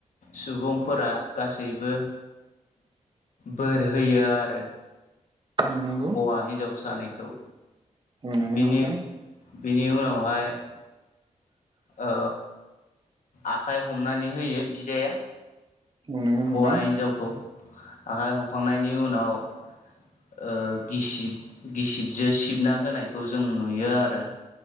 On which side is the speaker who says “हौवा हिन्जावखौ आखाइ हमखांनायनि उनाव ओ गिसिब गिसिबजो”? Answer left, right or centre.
Left